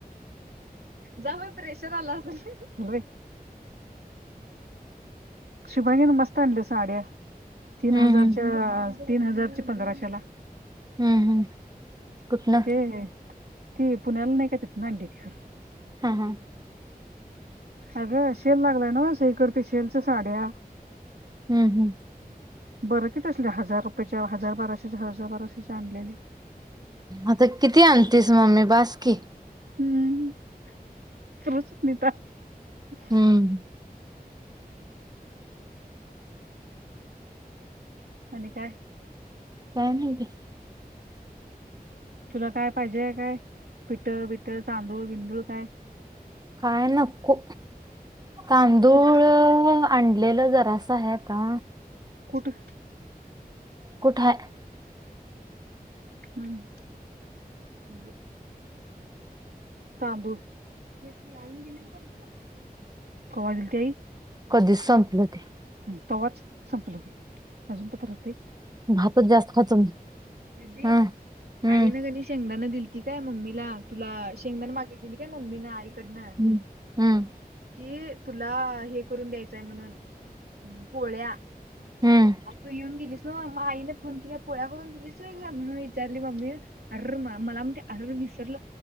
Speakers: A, on the right (about 80°); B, on the right (about 25°).
A: जा बाई प्रेशर आलं असेल. चलरे. शुभांगीनं मस्त आणल्या साड्या,
B: हम्म
A: तीन हजारच्या
B: हम्म
A: तीन हजारची पंधराशेला.
B: हम्म हम्म. कुठलं
A: ती पुण्याला नाही का तिथनं आणत्या ती.
B: हां हां.
A: अगं शेल लागलाय नव्ह, सगळीकड ती शेलच्या साड्या.
B: हम्म हम्म.
A: बरं की तसलं. हजार रुपयच्या हजार बाराशेच्या हजार बाराशेचे आणलेले.
B: आता किती आणतीस मम्मे बाासकी.
A: हम्म <unintelligible>
B: हम्म.
A: आणि काय?
B: काय नाय की.
A: तुला काय पाहिजे हाय काय? पिठ, बिठ, तांदूळ, बिंदूळ काय?
B: काय नको. तांदूळ
A: कुठ
B: आणलेलं जरासं हाय आता.
A: कुठं
B: कुठाय?
A: हां तांदूळ तेच की आईन दिलेल संपलं. कोणत्याही
B: कधीच संपलं ते.
A: ह तव्हाच संपलं ते अजून पत्रहते
B: भातच जास्त खातो.
A: दिदी
B: हम्म. हम्म
A: आईनं का नाय शेंगदानं दिलीती काय मम्मीला. तुला शेंगदानं मागितलेली काय मम्मीनं आईकडनं.
B: हम्म हम्म
A: की तुला हे करून द्यायचंय म्हणून. पोळ्या
B: हम्म.
A: आज तू येऊन गेलीस नव, मग आईने फोन केला पोळ्या करून. हेच होय ग म्हणून विचारली मम्मी, अर्र मला म्हणत्या अर्र विसरलं.